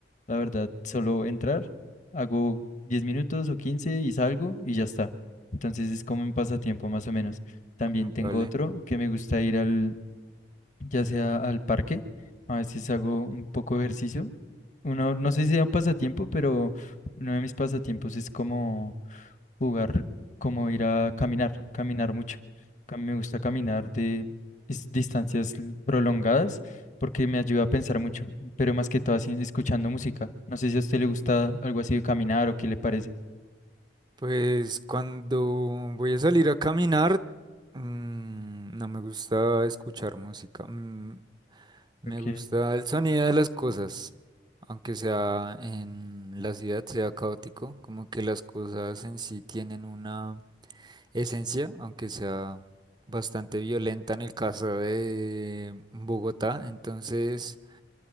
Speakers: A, on the left; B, on the right.
A: la verdad, solo entrar, hago 10 minutos o 15 y salgo y ya está. Entonces es como un pasatiempo más o menos. También
B: Vale.
A: tengo otro que me gusta ir al, ya sea al parque, a veces hago un poco de ejercicio. Uno, no sé si sea un pasatiempo, pero uno de mis pasatiempos es como jugar, como ir a caminar, caminar mucho. Cam- Me gusta caminar de es- distancias l- prolongadas porque me ayuda a pensar mucho, pero más que todo así, escuchando música. No sé si a usted le gusta algo así de caminar o qué le parece.
B: Pues cuando voy a salir a caminar, mm, no me gusta escuchar música. Mm, Me
A: Ok,
B: gusta el sonido de las cosas, aunque sea en la ciudad, sea caótico, como que las cosas en sí tienen una esencia, aunque sea bastante violenta en el caso de Bogotá. Entonces,